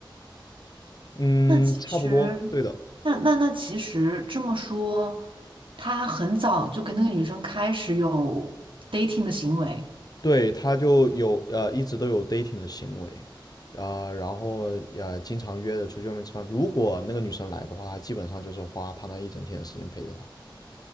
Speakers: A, on the left; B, on the right.
A: 嗯，
B: 那其实，
A: 差不多，对的，
B: 那那那其实这么说，他很早就跟那个女生开始有 dating 的行为。
A: 对，他就有呃一直都有 dating 的行为，啊、然后呃经常约着出去外面吃饭。如果那个女生来的话，基本上就是花他那一整天的时间陪着她。